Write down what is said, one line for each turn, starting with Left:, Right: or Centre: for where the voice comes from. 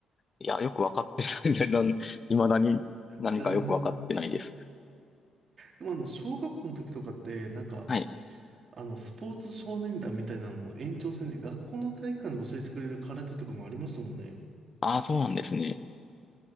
Left: いや、よくわかってないね。<laughs> なん未だに何かよくわかってないです。
Right: なるほど。でもあの、小学校の時とかって、なんか、
Left: はい。
Right: あの、スポーツ少年団みたいなのを延長戦で学校の体育館で教えてくれる空手とかもありましたもんね。
Left: ああ、そうなんですね。